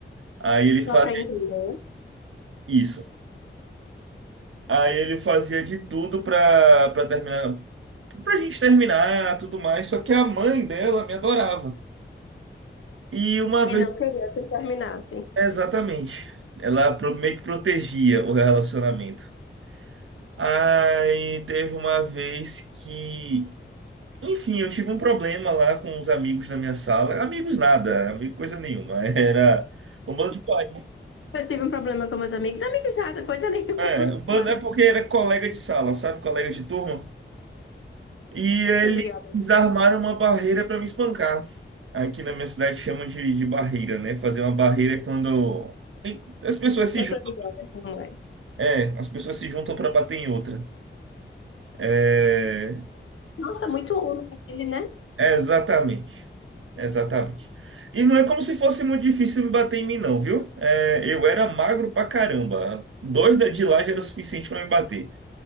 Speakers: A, on the right; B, on the left.
A: Aí ele fazia
B: Só pra entender.
A: isso. Aí ele fazia de tudo para para terminar, pra gente terminar, tudo mais, só que a mãe dela me adorava. E uma
B: E
A: vez,
B: não queria que terminassem.
A: exatamente, ela pro- meio que protegia o relacionamento. Aí teve uma vez que Enfim, eu tive um problema lá com os amigos da minha sala. Amigos nada, amigo coisa nenhuma. <laughs> Era um bando de pai. né?
B: Eu tive um problema com meus amigos. Amigos nada, coisa nenhuma.
A: É, um
B: <laughs>
A: bando
B: Mas
A: é porque era colega de sala, sabe? Colega de turma. E eles
B: tô ligada.
A: armaram uma barreira para me espancar. Aqui na minha cidade chamam de, de barreira, né? Fazer uma barreira é quando as pessoas se
B: Eu
A: juntam.
B: tô ligada como é.
A: É, as pessoas se juntam para bater em outra. É,
B: Nossa, muito homem ele, né?
A: É, exatamente. Exatamente. E não é como se fosse muito difícil me bater em mim, não, viu? É, eu era magro pra caramba. Dois da- de lá já era o suficiente pra me bater.